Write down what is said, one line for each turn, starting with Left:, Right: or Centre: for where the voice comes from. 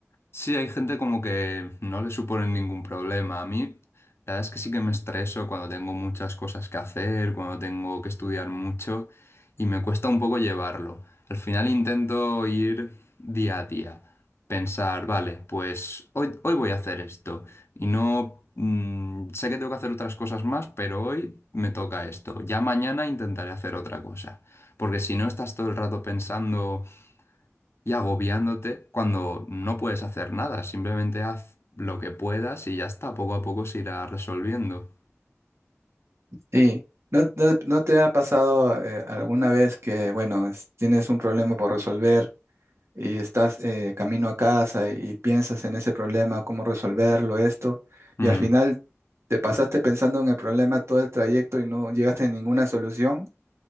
Left: Sí, hay gente como que no le supone ningún problema. A mí, la verdad es que sí que me estreso cuando tengo muchas cosas que hacer, cuando tengo que estudiar mucho y me cuesta un poco llevarlo. Al final intento ir día a día, pensar, vale, pues hoy, hoy voy a hacer esto y no... mm, sé que tengo que hacer otras cosas más, pero hoy me toca esto. Ya mañana intentaré hacer otra cosa. Porque si no estás todo el rato pensando y agobiándote cuando no puedes hacer nada. Simplemente haz lo que puedas y ya está. Poco a poco se irá resolviendo.
Right: Sí, ¿no, no- no te ha pasado eh, alguna vez que, bueno, es- tienes un problema por resolver y estás eh, camino a casa y, y piensas en ese problema, cómo resolverlo, esto,
Left: Mm,
Right: y al final te pasaste pensando en el problema todo el trayecto y no llegaste a ninguna solución?